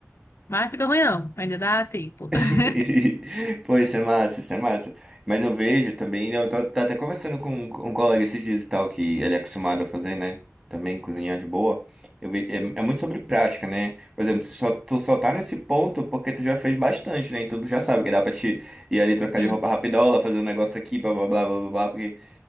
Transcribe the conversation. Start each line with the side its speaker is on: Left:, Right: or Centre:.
Left: Mas fica ruim não, ainda dá tempo.
Right: <laughs>
Left: <laughs>
Right: Pô, isso é massa, isso é massa. Mas eu vejo também, eu tô, tá até conversando com um um colega esses dias e tal, que ele é acostumado a fazer, né? Também cozinhar de boa. Eu vi, é, é muito sobre prática, né? Por exemplo, tu só, tu só tá nesse ponto porque tu já fez bastante, né? Então tu já sabe que dá pra te ir ali trocar
Left: Sim,
Right: de roupa rapidola, fazer um negócio aqui, blá blá blá blá blá, blá porque